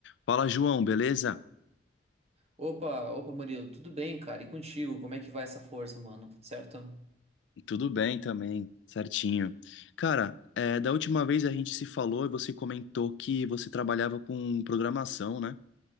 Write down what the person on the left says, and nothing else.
Fala, João, beleza?
Tudo bem também, certinho. Cara, é, da última vez a gente se falou e você comentou que você trabalhava com programação, né?